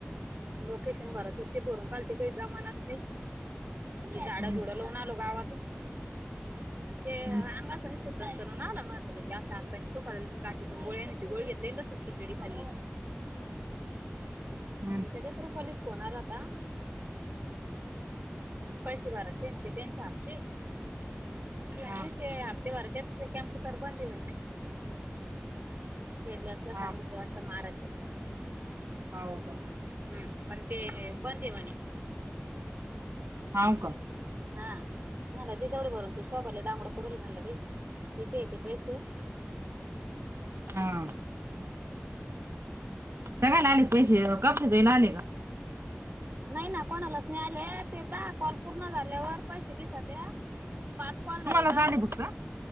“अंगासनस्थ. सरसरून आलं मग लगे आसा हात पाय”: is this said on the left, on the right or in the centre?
Right